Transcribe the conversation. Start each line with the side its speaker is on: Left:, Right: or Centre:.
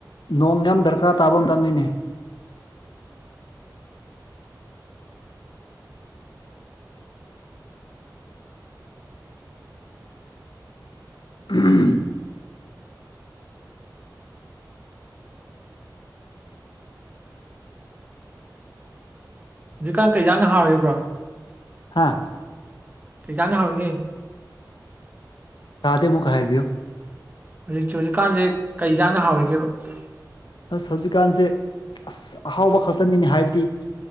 Left: ꯅꯣꯡ ꯌꯥꯝ ꯗꯔꯀꯥ ꯇꯥꯕ ꯃꯇꯝꯅꯤꯅꯦ ꯎꯍꯝ
Right: ꯍꯧꯖꯤꯛꯀꯥꯟ ꯀꯩ ꯏꯟꯖꯥꯡꯅ ꯍꯥꯎꯔꯤꯒꯦ ꯕ꯭ꯔꫭ
Left: ꯍꯥꯥ
Right: ꯀꯩ ꯏꯟꯖꯥꯡꯅ ꯍꯥꯎꯔꯤꯒꯦ
Left: ꯇꯥꯗꯦ ꯃꯨꯛꯀ ꯍꯥꯏꯕꯤꯌꯣ
Right: ꯍꯧꯖꯤꯛ ꯍꯧꯖꯤꯛꯀꯥꯟꯁꯦ ꯀꯩ ꯏꯟꯁꯥꯡꯅ ꯍꯥꯎꯔꯤꯒꯦꯕ
Left: ꯑꯁ ꯍꯧꯖꯤꯛꯀꯥꯟꯁꯦ ꯑꯁ ꯑꯍꯥꯎꯕ ꯈꯛꯇꯅꯤꯅꯦ ꯍꯥꯏꯕꯗꯤ